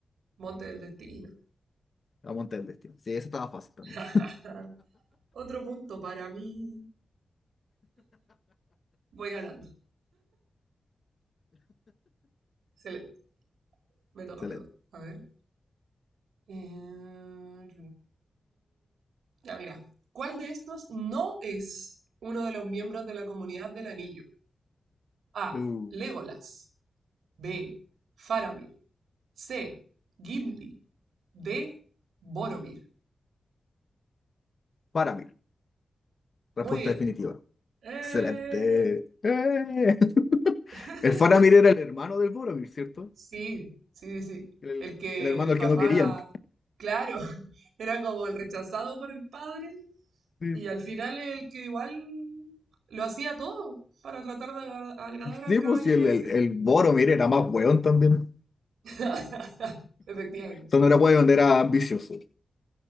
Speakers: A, on the right; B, on the left.
A: Monte del destino.
B: La monte del destino. Sí, esa estaba fácil también.
A: <laughs> Otro punto para mí. Voy ganando. Excelente.
B: <laughs>
A: Me toca,
B: Excelente.
A: me toca. A ver. Eh, Ya, mira. ¿Cuál de estos no es uno de los miembros de la comunidad del anillo? A.
B: Uh,
A: Legolas. B. Faramir. C. Gimli. D. Boromir.
B: Faramir. Respuesta
A: Muy bien.
B: definitiva.
A: ¡Eh!
B: Excelente. ¡Eh! <laughs>
A: <laughs>
B: El Faramir era el hermano del Boromir, ¿cierto?
A: Sí, sí, sí, sí.
B: El,
A: El que
B: el hermano
A: el
B: al
A: papá,
B: que no querían.
A: claro, <laughs> era como el rechazado por el padre
B: Sí,
A: y al final el que igual lo hacía todo para tratar de agra- agradar al
B: Sí,
A: caballero
B: pues sí, el,
A: ese.
B: el, el Boromir era más hueón también. O
A: <laughs> Efectivamente.
B: sea, no era hueón, era ambicioso.